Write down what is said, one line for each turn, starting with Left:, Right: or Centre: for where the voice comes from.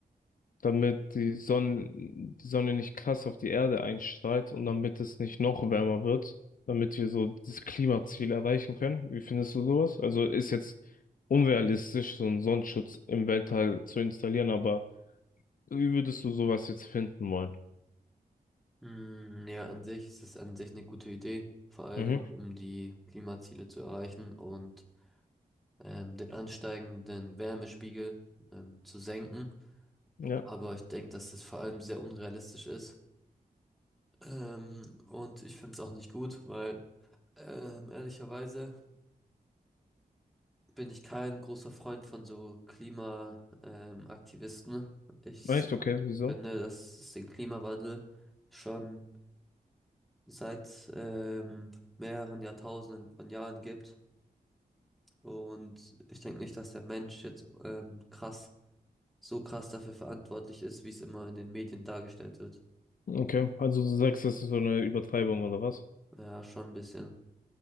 Left: Damit die Sonne, die Sonne nicht krass auf die Erde einstrahlt und damit es nicht noch wärmer wird, damit wir so das Klimaziel erreichen können. Wie findest du sowas? Also ist jetzt unrealistisch, so einen Sonnenschutz im Weltall zu installieren, aber wie würdest du sowas jetzt finden wollen?
Centre: Hm, ja, an sich ist es an sich eine gute Idee, vor allem
Left: Mhm,
Centre: so, um die Klimaziele zu erreichen und ähm, den ansteigenden Wärmespiegel ähm, zu senken.
Left: ja.
Centre: Aber ich denke, dass das vor allem sehr unrealistisch ist. Ähm, und ich finde es auch nicht gut, weil ähm, ehrlicherweise bin ich kein großer Freund von so Klima, ähm, Aktivisten. Ich
Left: Echt, okay, wieso?
Centre: finde, dass es den Klimawandel schon seit ähm, mehreren Jahrtausenden von Jahren gibt. Und ich denke nicht, dass der Mensch jetzt ähm, krass, so krass dafür verantwortlich ist, wie es immer in den Medien dargestellt wird.
Left: Okay, also du sagst, das ist so eine Übertreibung oder was?
Centre: Ja, schon ein bisschen.